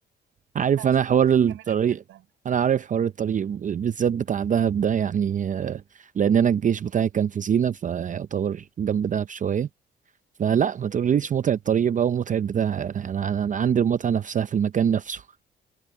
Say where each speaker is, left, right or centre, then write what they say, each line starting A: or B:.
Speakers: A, on the right; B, on the right.
A: عارف
B: انت هتشوف
A: انا حوار
B: مناظر
A: الطريق
B: جميله جدا
A: انا عارف حوار الطريق بالذات بتاع دهب ده يعني آه، لان انا الجيش بتاعي كان في سينا فيعتبر جنب دهب شويه فلا ما تقوليش متعه طريق بقى ومتعه بتاع انا انا أنا عندي المتعه نفسها في المكان نفسه